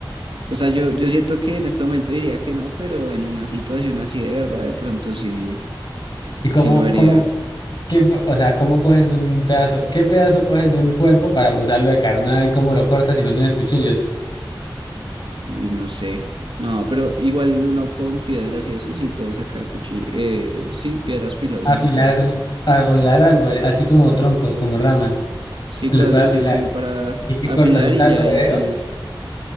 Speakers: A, on the right; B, on the left.
A: o sea, yo, yo siento que en este momento diría que no, pero en una situación así de verdad, de pronto sí,
B: Y
A: sí
B: cómo
A: lo haría.
B: cómo qué, o sea, ¿cómo coges un pedazo? ¿Qué pedazo coges de un cuerpo para usarlo de carnada y cómo lo cortas si no tienes cuchillos?
A: Uy, no sé. No, pero igual uno con piedras y eso sí puede sacar cuchillos, sí, piedras filosas
B: Afilar,
A: y todo eso.
B: afilar árboles, así como troncos, como ramas,
A: Sí,
B: los
A: cosas
B: puedes afilar.
A: así como para
B: ¿Y qué
A: afilar
B: cortas? ¿Un pedazo
A: y ya ahí
B: de dedo?
A: sí.